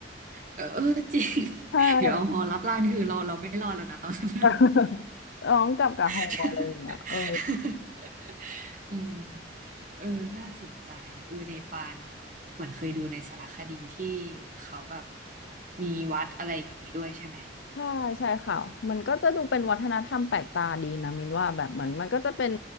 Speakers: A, on the right; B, on the left.
A: เออเออจริง <laughs>
B: ใช่
A: เดี๋ยวเอาหอรับล้านคือเราเราไม่รอดแล้วนะตอนนั้น
B: <laughs> ร้องกลับกับฮออะไรอย่างเงี้ยเออ
A: <laughs> อืมเออน่าสนใจเออเนปาลเหมือนเคยดูในสารคดีที่เขาแบบมีวัดอะไรอย่างนี้ด้วยใช่ไหม
B: ใช่ใช่ค่ะมันก็จะดูเป็นวัฒนธรรมแปลกตาดีนะมินว่าแบบเหมือนมันก็จะเป็น